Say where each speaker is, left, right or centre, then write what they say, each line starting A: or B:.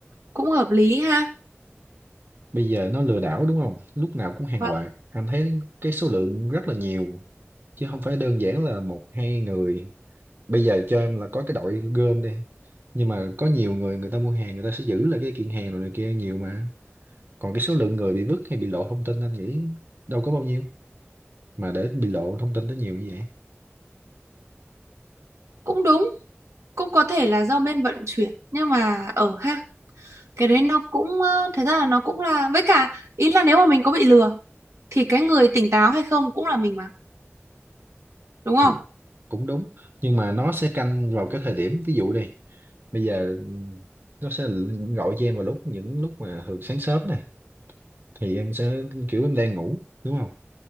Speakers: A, on the right (about 90°); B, on the right (about 45°).
A: cũng hợp lý ha.
B: bây giờ nó lừa đảo đúng không lúc nào cũng hàng
A: Và
B: loạt anh thấy cái số lượng rất là nhiều chứ không phải đơn giản là một hai người bây giờ cho em là có cái đội gom đi nhưng mà có nhiều người người ta mua hàng người ta sẽ giữ lại cái kiện hàng rồi này kia nhiều mà còn cái số lượng người bị vứt hay bị lộ thông tin anh nghĩ đâu có bao nhiêu mà để bị lộ thông tin tới nhiều như vậy
A: cũng đúng, cũng có thể là do bên vận chuyển nhưng mà ở ha, cái đấy nó cũng ờ, thật ra là nó cũng là với cả ý là nếu mà mình có bị lừa thì cái người tỉnh táo hay không cũng là mình mà, đúng không?
B: thì cũng đúng nhưng mà nó sẽ canh vào cái thời điểm ví dụ đi bây giờ nó sẽ gọi cho em vào lúc những lúc mà thường sáng sớm này thì em sẽ kiểu em đang ngủ đúng không